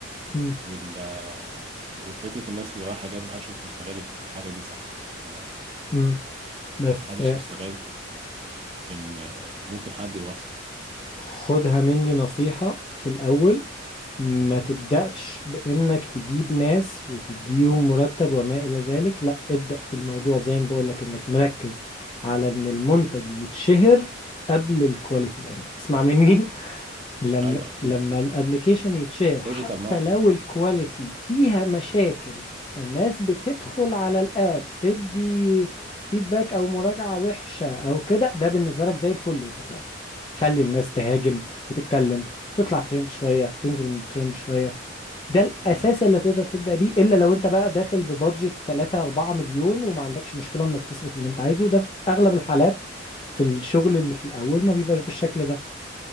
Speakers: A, on the left; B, on the right.
A: مم.
B: وال والفكرة الناس اللي رايحة جاية دي محدش مش مستغل الف- الحاجة دي صح تمام
A: مم. بس
B: محدش مستغل إن آه، ممكن حد يوصل
A: خدها مني نصيحة في الأول ما تبدأش بإنك تجيب ناس وتديهم مرتب وما إلى ذلك لا ابدأ بالموضوع زي ما بقولك إنك مركز على إن المنتج يتشهر قبل الكواليتي يعني اسمع مني لما
B: أيوه أكيد
A: لما
B: أكيد
A: الابليكيشن يتشير حتى
B: ديجيتال ماركتنج
A: لو
B: بقى
A: الكواليتي فيها مشاكل فالناس بتدخل على الاب تدي فيدباك او مراجعة وحشة او كده ده بالنسبة لك زي الفل وانت في الاول خلي الناس تهاجم وتتكلم وتطلع ترند شوية تنزل من الترند شوية ده الاساس
B: تمام
A: اللي تقدر تبدأ بيه الا لو انت بقى داخل ببادجت 3 4 مليون وما عندكش مشكلة انك تصرف اللي انت عايزه وده في اغلب الحالات في الشغل اللي في الاول ما بيبقاش بالشكل ده